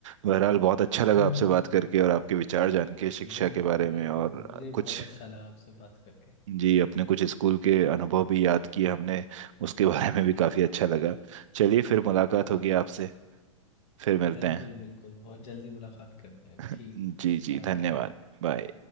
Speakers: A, on the right; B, on the left.
A: बहरहाल बहुत अच्छा लगा
B: हम्म
A: आपसे
B: हम्म
A: बात
B: हम्म,
A: करके और आपके विचार जान के शिक्षा
B: बिल्कुल
A: के बारे में
B: बिल्कुल
A: और
B: मुझे भी बहुत
A: कुछ
B: अच्छा लगा आपसे बात करके
A: जी अपने कुछ स्कूल के अनुभव भी याद किए हमने उसके बारे में भी काफ़ी अच्छा लगा चलिए फिर मुलाकात
B: हाँ
A: होगी आपसे फिर मिलते
B: बिल्कुल
A: हैं
B: बिल्कुल बहुत जल्दी मुलाकात करते हैं
A: <laughs>
B: ठीक
A: जी
B: है
A: जी
B: Bye
A: धन्यवाद
B: bye
A: बाय